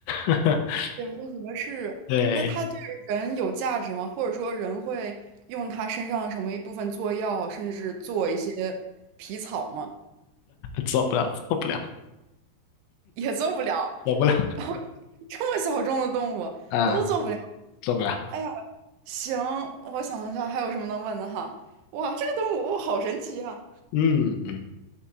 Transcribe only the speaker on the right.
也不合适。
那它对人有价值吗？或者说人会用它身上什么一部分做药，甚至做一些皮草吗？
也做不了。
然后这么小众的动物都做不了。
哎呀，行，我想一下还有什么能问的哈。哇，这个动物好神奇啊，